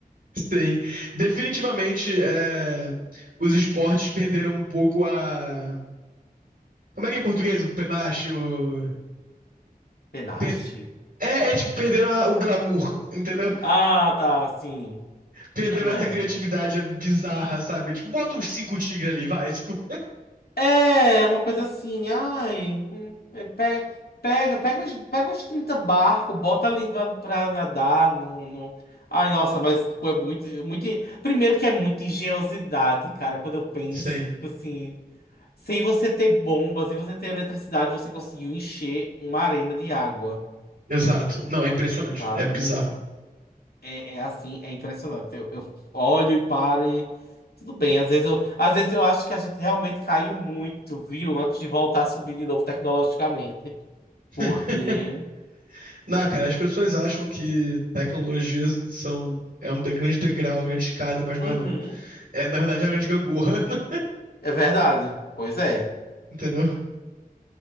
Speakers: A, on the right; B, on the left.
A: Sim. Definitivamente, é, os esportes perderam um pouco a. Como é que é em português? O penacho. o.
B: Penache?
A: pe- É, é tipo, perderam a- o glamour, entendeu?
B: Ah, tá, sim.
A: Perderam
B: É.
A: essa criatividade bizarra, sabe? Tipo, bota uns cinco tigres ali, vai. Tipo,
B: É, uma coisa assim, ai, hum, é, pega, pega, pega uns, pega uns 30 barcos, bota ali pra, pra nadar, não, não... Ai, nossa, mas, pô, é muito, é muito... Primeiro que é muita engenhosidade, cara, quando eu penso,
A: Sim,
B: tipo assim, sem você ter bomba, sem você ter eletricidade, você conseguiu encher uma arena de água,
A: exato. Não, é impressionante.
B: sabe?
A: É bizarro.
B: É, é assim, é impressionante. Eu, eu olho e paro e tudo bem. Às vezes eu, às vezes eu acho que a gente realmente caiu muito, viu? Antes de voltar a subir de novo tecnologicamente.
A: <laughs>
B: Porque.
A: Não, cara, as pessoas acham que tecnologias são é um de- grande degrau, uma grande escada, mas não
B: Uhum.
A: é não. É, na verdade, é uma grande gangorra, <laughs>
B: É verdade. Pois é.
A: entendeu?